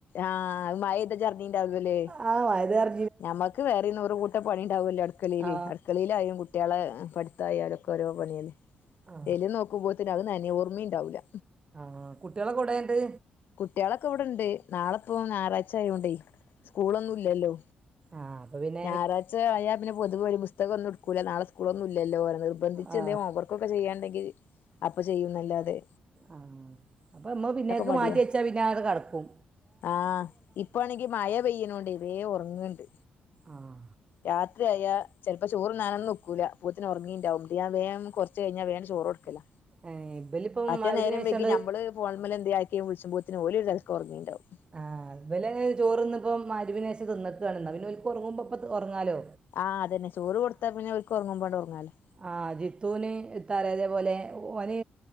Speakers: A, on the left; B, on the right.
A: ആ മയെയ്ത ജ്അറിഞ്ഞിണ്ടാകുലേ
B: ആ മയ്തഅർ
A: ഞമ്മക്ക് വേറിം നൂറ് കൂട്ടം പണി ണ്ടാവല്ലോ അട്ക്കളെല്
B: ആ
A: അട്ക്കളെലായും കുട്ട്യെളെ പട് ത്തായാലുക്കെ ഓരോ പണിയല്ലേ
B: ആ
A: എലി നോക്കുമ്പോഴത്തേന ഓർമ്മയുണ്ടാവൂല്ല
B: ആഹ് കുട്ട്യാളൊക്കെ എവിടെ ങ്ങട്ട്
A: കുട്ട്യാളൊക്കെ ഇവിടെണ്ട് നാളെപ്പോ ഞായറാഴ്ച്ച ആയോണ്ടേ സ്കൂളൊന്നും ഇല്ലല്ലോ
B: ആപ്പാ വരും.
A: ഞായറാഴ്ചയാൽ പിന്നെ പൊതുവഴി പുസ്തകം ഒന്ന് എടുക്കൂല നാളെ സ്കൂളോന്നുലല്ലോ നിർബന്ധിച്ച്
B: ആ
A: എന്തോ ഹോംവർക്ക് <unintelligible> ചെയ്യാണ്ടെങ്കിൽ അപ്പോ ചെയ്യും അല്ലാതെ.
B: ആഹ്, അപ്പോ ഇമ്മ പിന്നേക്ക്
A: മടിയാ
B: മാറ്റി വെച്ചാ പിന്നെ അത് അങ്ങനെ കടക്കും.
A: ആഹ് ഇപ്പോങ്കി മഴ പെയ്‌ണോണ്ട് വേങ് ഉറങ്ങണ്ട്.
B: ആഹ്
A: രാത്രിയാൽ ചെൽപോ ചോറുണ്ണാൻ ഒന്നും നികുല അപോത്തിന് ഉറങ്ങിയിണ്ടാവും എന്നിട് ഞാൻ വേഗം കൊർച് കയിഞ്ഞാ വേഗം ചോറ് കൊടുക്കലാ.
B: ഏഹ് ഇബലിപ്പം
A: പറ്റേ
B: മഗ്‌രിബിനേശാണ്ട്
A: നേരം വൈകി നമ്മള് ഫോൺ മേല് എന്തേലും ആക്കി വിളിച്ചുമ്പോത്തിന് ഓല് ഉറങ്ങിണ്ടാവും.
B: ആഹ്, ഇബല് ചോർന്ന് ഇപ്പോ മഹ്‌രിബിന് ശേഷം ‌ തിന്നിക്കാണ് എന്നാ പിന്നെ ഓല്ക് ഉറങ്ങുബോ ഇപ്പോ ഒറങ്ങാല്ലോ.
A: ആഹ് അതെന്നെ ചോറ് കൊടുത്താ പിന്നെ ഓല്ക് പിന്നെ ഒറങ്ങുബോ ഒറങ്ങാല്ലോ.
B: ആ, ജിത്തുന് ഇത്താറ ഇതേപോലെ ഓന്